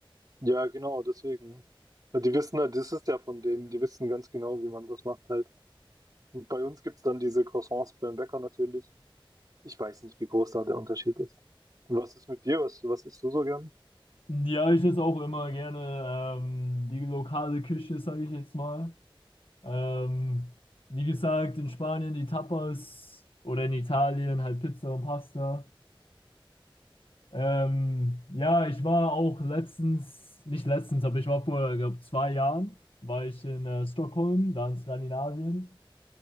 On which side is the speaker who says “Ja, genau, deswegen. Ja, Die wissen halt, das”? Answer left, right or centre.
Right